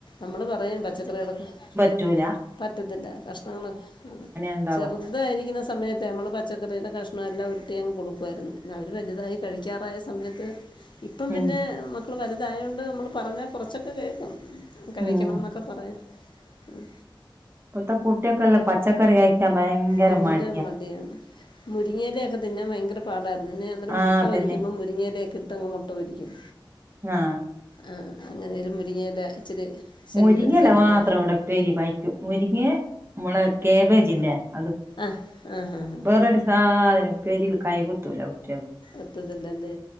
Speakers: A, on the left (about 60°); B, on the right (about 25°).
A: അമ്മള് പറയും പച്ചക്കറികളൊക്കെ
B: റ്റൂല
A: പറ്റത്തില്ലാ. കഷ്ണങ്ങളൊ ആഹ്
B: ഉണ്ടാവാ
A: ചെറുതായിരിക്ക്ണ സമയ ത്തേ അമ്മള് പച്ചക്കറിയ്ത്തെ കഷ്ണ എല്ലാം ഉരുട്ടിയങ്ങ് കൊടുക്കുവായിര്ന്ന്. അവര് വല്തായി കഴിക്കാറായ സമയത്ത് ഇപ്പം പിന്നെ
B: ഉം
A: മക്കള് വലുതായോണ്ട് മ്മള് പറഞ്ഞാ കൊറച്ചൊക്കെ കേക്കും. കഴിക്കണോന്നൊക്കെ
B: ഉം
A: പറയാ ഉം.
B: പ്പെത്തെകുട്ടിയക്കല്ല പച്ചക്കറി കയിക്കാ ഭയങ്കര
A: വലിയ
B: മടിയാ
A: മടിയാണ്. മുരിങ്ങയിലൊക്കെ തിന്നാ വയങ്കര പാടായിര്ന്ന്. ന്നെ ഞാന്നലെ
B: ആഹ്
A: മൊട്ട
B: അതന്നെ
A: പൊരിക്കുമ്പം മുരിങ്ങിയിലെക്കെ ട്ട മൊട്ട പൊരിക്കും.
B: ആഹ്
A: ആഹ് അങ്ങനേലും മുരിങ്ങിയല ഇച്ചിരി ശരീരത്ത്
B: മുരിങ്ങല
A: ചെല്ലട്ടെ
B: മാത്രം വടെ പ്പേരി പയ്റ്റും. മുരിങ്ങേ മ്മളെ കേബേജ്ല്ലേ അതും.
A: ആഹ് ആഹ് ആഹ്
B: വേറൊര് സാധനുംപ്പേരീല് കൈ കുത്തൂല കു ട്യോള്
A: ഒത്തത്തില്ലല്ലേ.